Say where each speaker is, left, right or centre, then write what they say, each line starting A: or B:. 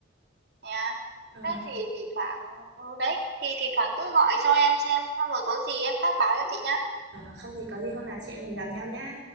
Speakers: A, on the right; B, on the right.
A: nha
B: ờ
A: thế thì thì thoảng ừ đấy thì thỉnh thoảng cứ gọi cho em xem xong rồi có gì em khác báo cho chị nha
B: ờ, không thì có gì hôm nào chị em mình gặp nhau nhá